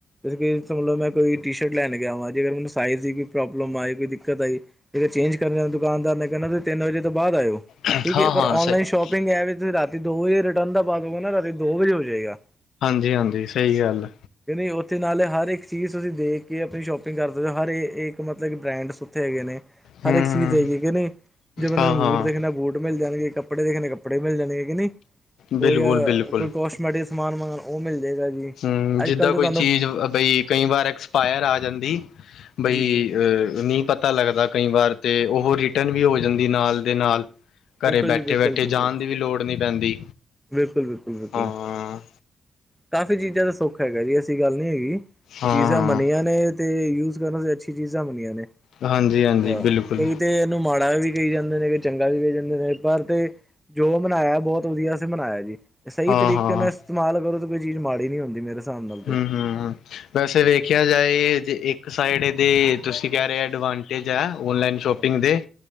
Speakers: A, in the centre; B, on the left.
A: ਜੇ ਕਿ ਮਤਲਬ ਮੈਂ ਕੋਈ ਟੀ ਸ਼ਰਟ ਲੈਣ ਗਿਆ ਵਾਂ ਜੇ ਅਗਰ ਮੈਨੂੰ ਸਾਈਜ਼ ਦੀ ਕੋਈ ਪ੍ਰੋਬਲਮ ਆਈ, ਕੋਈ ਦਿੱਕਤ ਆਈ। ਜ ਚੇਂਜ ਕਰਨ ਦੁਕਾਨਦਾਰ ਨੇ ਕਹਿੰਣਾ ਤੁਸੀਂ ਤਿੰਨ ਵਜੇ ਤੋਂ ਬਾਅਦ ਆਇਓ।
B: ਹਾਂ
A: ਠੀਕ ਹੈ ਪਰ
B: -ਹਾਂ
A: ਔਨਲਾਈਨ
B: ਸਹੀ।
A: ਸ਼ੋਪਿੰਗ ਹੈ ਤੁ ਰਾਤੀ ਦੋ ਵਜੇ ਰਿਟਰਨ ਦਾ ਬਾਅਦ ਹੋਊ ਨਾ ਰਾਤੀ ਦੋ ਵਜੇ ਹੋ ਜਾਏਗਾ।
B: ਹਾਂਜੀ- ਹਾਂਜੀ ਸਹੀ ਗੱਲ।
A: ਕਿਉਂ ਨਹੀਂ ਉੱਥੇ ਨਾਲ ਹਰ ਇੱਕ ਚੀਜ਼ ਤੁਸੀਂ ਦੇਖ ਕੇ ਆਪਣੀ ਸ਼ੋਪਿੰਗ ਕਰ ਸਕਦੇ ਹੋ ਹਰ ਇੱਕ ਮਤਲਬ ਇੱਕ ਬ੍ਰੈਂਡ ਹੈਗੇ ਨੇ।
B: ਹੂੰ-ਹੂੰ
A: ਹਰ ਇੱਕ ਚੀਜ਼ ਹੈਗੀ ਹੈਗੇ ਨਹੀਂ ਜੇ ਬੰਦੇ
B: ਹਾਂ-ਹਾਂ
A: ਨੂੰ ਬੂਟ ਦੇਖਣਾ ਬੂਟ ਮਿਲ ਜਾਣਗੇੱ। ਕੱੜੇ ਦੇਖਣੇ ਕੱਪੜੇ ਮਿਲ ਜਾਣੇ ਹੈਗੇ ਨੀ। ਕੋਈ-
B: ਬਿਲਕੁਲ-ਬਿਲਕੁਲ
A: ਕੋਈ ਕਸਮੈਟਿਕ ਸਮਾਨ ਵਗ ਉਹ ਮਿਲ ਜਾਏਗਾ। ਜੀ
B: ਹਮ,
A: ਅੱਜ
B: ਜਿੱਦਾਂ
A: ਕੱਲ੍ਹ ਤਾਂ
B: ਕੋਈ
A: ਤੁਹਾਨੂੰ
B: ਚੀਜ਼ ਬਈ। ਕਈ ਵਾਰ ਐਕ ਪਾ ਇਰ ਆ ਜਾਂਦੀ ਬਈ
A: ਜੀ ਜੀ
B: ਨ ਪਤਾ ਲੱਗਦਾ ਕਈ ਵਾਰ ਤੇ ਉਹ ਰਿਟਰਨ ਵੀ ਹੋ ਜਾਂਦੀ ਨਾਲ ਦੇ ਨਾਲ।
A: ਬਿਲਕੁਲ
B: ਘਰੇ ਬੈਠੇ
A: ਜੀ ਬਿਲਕੁਲ
B: -ਬੈਠੇ
A: ਬਿਲਕੁਲ
B: ਜਾਣ ਦੀ ਵੀ ਲੋੜ ਨਹੀਂ ਪੈਂਦੀ।
A: ਬਿਲਕੁਲ- ਬਿਲਕੁਲ -ਬਿਲਕੁਲ
B: ਹਾਂ
A: ਕਾਫ਼ੀ ਚੀਜ਼ਾਂ ਦਾ ਸੁੱਖ ਹੈਗਾ ਜੀ ਐਸੀ ਗੱਲ ਨਹੀਂ ਹੈਗੀ।
B: ਹਾਂ
A: ਚੀਜ਼ਾਂ ਮੰਨੀਆਂ ਨੇ। ਤੇ ਯੂਜ ਕਰਨ ਤੇ ਅੱਛੀ ਚੀਜ਼ਾਂ ਬਨੀਆਂ ਨੇ। ਹਾਂ,
B: ਹਾਂਜੀ ਹਾਂਜੀ ਬਿਲਕੁਲ
A: ਕਈ ਤੇ ਨ ਨੂੰ ਮਾੜਾ ਵੀ ਕਹੀ ਜਾਂਦੇ ਨੇ ਕਿ ਚੰਗਾ ਵੀ ਕਹੀ ਜਾਂਦੇ ਨੇ। ਪਰ ਤੇ ਜੋ ਮਨਾਇਆ ਬਹੁਤ ਵਧੀਆ। ਮਨਾਇਆ ਜੀ। ਸਹੀ
B: ਹਾਂ
A: ਤਰੀਕੇ
B: ਹਾਂ
A: ਨਾਲ ਇਸਤੇਮਾਲ ਕਰੋ ਤੇ ਕੋਈ ਚੀਜ਼ ਮਾੜੀ ਨੀ ਹੁੰਦੀ ਮੇਰੇ। ਹਿਸਾਬ ਨਾਲ ਤੇ
B: ਹਮ- ਹਮ ਹ ਵੈਸੇ ਵੇਖਿਆ ਜਾਏ ਜੇ ਇੱਕ ਸਾਈਡ ਇਹਦੇ ਤੁਸੀਂ ਕਹਿ ਰਹੇ ਅਡਵਾਂਟੇਜ ਹੈ ਓਨਲਾਈਨ ਸ਼ੋਪਿੰਗ
A: ਹਾਂ
B: ਦੇ।